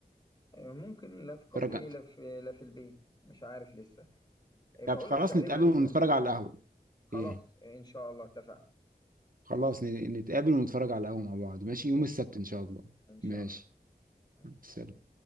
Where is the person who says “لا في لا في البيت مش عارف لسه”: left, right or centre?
Left